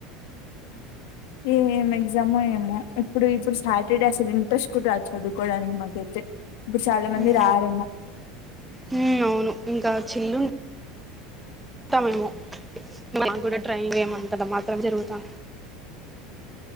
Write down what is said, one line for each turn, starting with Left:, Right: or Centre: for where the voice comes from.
Left: ఏం ఎగ్జామో ఏమో ఇప్పుడు ఇప్పుడు సాటర్డే అసలు ఇంట్రెస్ట్ కూడ రాదు చదు కోడానికి మాకైతే ఇప్పుడు చాలా మంది
Centre: మ్
Left: రారేమో
Centre: మ్ అవును ఇంకా చిల్లు టామేమో మాకు గూడా ట్రైన్వే మంతల మాత్రం జరుగుతా